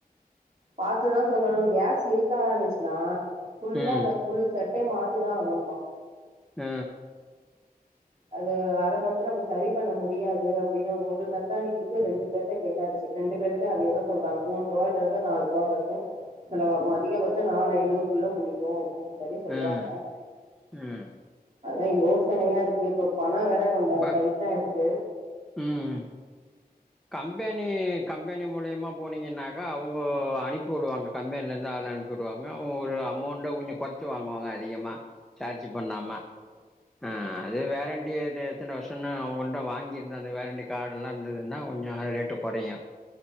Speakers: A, on the right; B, in the centre.
A: பாத் த்துதா சொல்லணு கேஸ் லீக்கானிச்சுன்னா ஃபுல்லா
B: ம்
A: ஃபுல்சப் ட்டே மாத்திதா ஆகணுமா
B: ம்
A: அது அத மட்டு நம்ம சரி பண்ண முடியாது அப்டின்னு ஒரு மெக்கானிக்குக்கு ரெண்டு பேர்ட கேட்டாச்சு ரெண்டு பேருமே அதேதா சொல்றாங்க மூன்ருவாய்லருந்து நால்ருவா வரையு செலவாகு அதிகபட்ச நாலு ஐநூறுக்குள்ள முடியு <unintelligible> சொல்றாங்க
B: ம் ம்
A: அதா யோசனையா இரு க்கு இப்ப பண வேற கொஞ்சொ
B: பா
A: டைட்டா இருக்கு
B: ம் கம்பெனி கம்பெனி மூலியமா போனீங்கன்னாக்கா அவுங்க அனுப்பி வுடுவாங்க கம்பெனிலந்து ஆள் அனுப்பிவுடுவாங்க அவுங்க ஒரு அமௌண்ட்ட கொஞ்சொ கொறச்சு வாங்குவாங்க அதிகமா சார்ஜ் பண்ணாம ஆ அது வேரண்டி எத்தன வருஷோன்னு அவுங்கன்ட வாங்கியிருந்தா அந்த வேரண்டி கார்டுல்லா இருந்தது ன்னா கொஞ்சோ ரேட்டு கொறையு